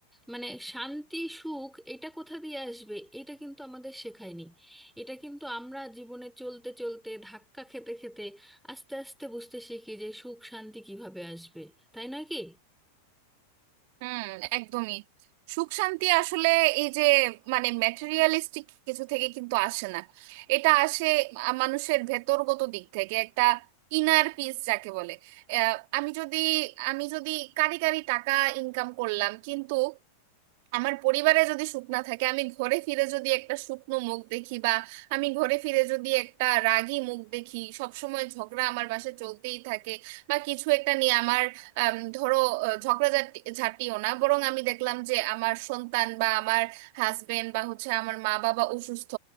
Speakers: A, in the centre; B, on the right.
A: মানে শান্তি সুখ এটা কোথা দিয়ে আসবে এটা কিন্তু আমাদের শেখায়নি এটা কিন্তু আমরা জীবনে চলতে চলতে ধাক্কা খেতে খেতে আস্তে আস্তে বুঝতে শিখি যে সুখ শান্তি কিভাবে আসবে তাই নয় কি
B: হুম একদমই সুখ শান্তি আসলে এই যে মানে ম্যাটেরিয়ালিস্টিক কিছু থেকে কিন্তু আসে না এটা আসে আ- মানুষের ভেতরগত দিক থেকে একটা ইনার পিস যাকে বলে আহ, আমি যদি আমি যদি কারি কারি টাকা ইনকাম করলাম কিন্তু আমার পরিবারে যদি সুখ না থাকে আমি ঘরে ফিরে যদি একটা শুকনো মুখ দেখি বা আমি ঘরে ফিরে যদি একটা রাগী মুখ দেখি সব সময় ঝগড়া আমার বাসায় চলতেই থাকে বা কিছু একটা নিয়ে আমার আম, ধরো আহ, ঝগড়া ঝাটি- ঝাঁটিও না বরং আমি দেখলাম যে আমার সন্তান বা আমার হাজবেন্ড বা হচ্ছে আমার মা বাবা অসুস্থ